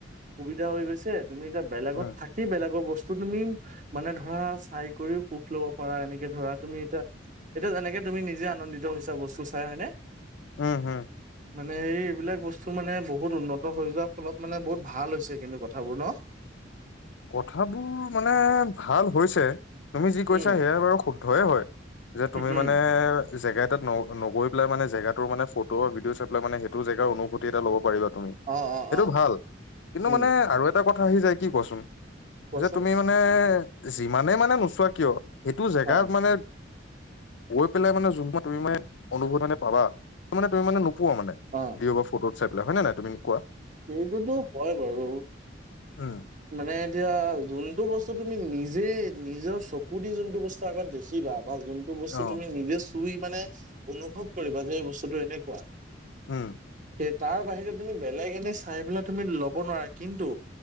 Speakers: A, on the right; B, on the left.
A: সুবিধা হৈ গৈছে। তুমি এতিয়া বেলেগত
B: উম
A: থাকি বেলেগৰ বস্তু। তুমি মানে ধৰা চাই কৰি সুখ লব পাৰা এনেকে ধৰা তুমি এতিয়া এতিয়া যেনেকে। তুমি নিজে আনন্দিত হৈছা বস্তু চাই হয়নে।
B: উম, উম।
A: মানে সেই। স এইবিলাক বস্তু মানে বহুত উন্নত হৈ যোৱাৰ ফলত মানে বহুত ভাল হৈছে কিন্তু কথাবোৰ ন।
B: কথাবোৰ মানে ভাল হৈছে তুমি যি কৈছা
A: উম।
B: সেয়াই বাৰু শুদ্ধয়ে হয়। যে তুমি
A: উম।
B: মানে জেগা এটাত ন নগৈ পেলাই মানে জেগাত। মানে ফটো বা ভিদিঅ' চাইপেলাই মানে সেইটো জেগাৰ অনুভতি এটা ল'ব পাৰিবা তুমি
A: অ', অ',
B: সেইটো
A: অ',
B: ভাল, কিন্তু
A: উম,
B: মানে আৰু এটা কথা আহি যায় কি কোৱাচোন?
A: কোৱাচোন
B: যে তুমি মানে যিমানে মানে নোচোৱা কিয় সেইটো জেগাত
A: অ',
B: মানে গৈ পেলাই মানে য তুমি মানে অনুভৱ মানে পাবা মানে তুমি মানে <unintelligible> পোৱা মানে,
A: অ',
B: ভিউ বা ফটোত চাইপেলাই, হয় নে নাই তুমি কোৱা?
A: সেইটোতো হয় বাৰু।
B: উম
A: মানে এতিয়া যোনটো বস্তু তুমি নিজ। যে নিজৰ চকু দি যোনটো বস্তু আগত দেখিবা বা যোনটো বস্তু
B: অ
A: তুমি নিজে চুই। মানে অনুভৱ কৰিবা যে এই বস্তুটো এনেকুৱা
B: উম
A: সেই তাৰ বাহিৰে। তুমি বেলেগ এনে চাই পেলাই তুমি ল'ব নোৱাৰা কিন্তু